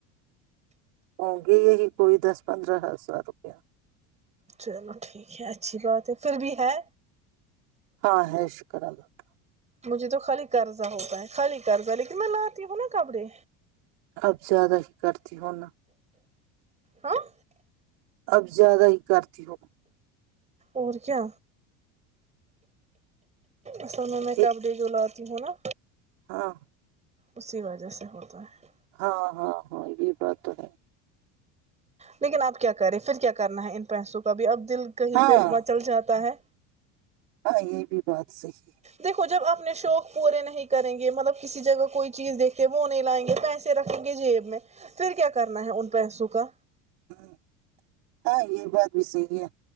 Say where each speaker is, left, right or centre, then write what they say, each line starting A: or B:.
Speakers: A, on the right (about 75°); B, on the right (about 20°).
A: ہوں گے یہی کوئی دس پندرہ ہزار روپیہ
B: چلو ٹھیک ہے اچھی بات ہے پھر بھی ہے
A: ہاں ہے شکر اللہ کا
B: مجھے تو خالی قرضہ ہوتا ہے خالی قرضہ لیکن میں لاتی ہوں نا کپڑے
A: اب زیادہ ہی کرتی ہوناا
B: ہاں
A: اب زیادہ ہی کرتی ہو
B: اور کیا اصل میں میں
A: ایک-
B: کپ دے جو لاتی ہوں نا
A: ہاں
B: اسی وجہ سے ہوتا ہے
A: ہاں ہاں ہاں یہ بات تو ہے
B: لیکن اب کیا کریں پھر کیا کرنا ہے ان پیسوں کا ابھی اب دل کہیں
A: ہاں
B: پہ مچل جاتا ہے
A: ہاں یہ بھی بات صحیح ہے
B: دیکھو جب اپنے شوق پورے نہیں کریں گے مطلب کسی جگہ کوئی چیز دیکھتے وہ نہیں لائیں گے پیسے رکھیں گے جیب میں پھر کیا کرنا ہے ان پیسوں کا
A: ہممم ہاں یہ بات بھی صحیح ہے